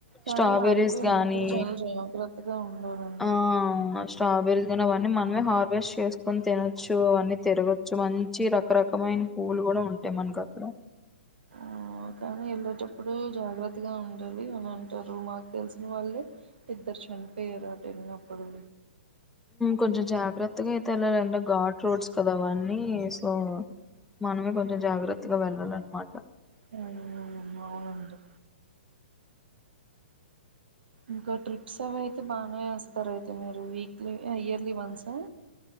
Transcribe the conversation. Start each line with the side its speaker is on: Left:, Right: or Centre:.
Right: కానీ
Centre: స్ట్రాబెరీస్
Right: అరకు వెళ్ళినప్పుడు
Centre: గానీ
Right: చాలా జాగ్రత్తగా ఉండాలండి
Centre: ఆ స్ట్రాబెరీస్ కానీ అవన్నీ మనమే హార్వెస్ట్ చేసుకొని తినోచ్చు అవన్నీ తిరోగిచ్చు మంచి రకరకమైన పువ్వులు కూడా ఉంటాయి మనకు అక్కడ
Right: ఆ కానీ వెళ్ళేటప్పుడు జాగ్రత్తగా ఉండాలి అని అంటారు మాకు తెలిసిన వాళ్ళే ఇద్దరు చనిపోయారు అటు వెళ్ళినప్పుడు
Centre: కొంచెం జాగ్రత్తగా అయితే వెల్లాలండ ఘాట్ రోడ్స్ కదా అవన్నీ సో మనమే కొంచెం జాగ్రత్తగా వెళ్ళం అల అనమాట
Right: హు అవునండి ఇంకా ట్రిప్స్ అవి అయితే బానే వస్తాయి సరే అయితే మీరు వీక్లీ ఇయర్లీ వన్స్ అ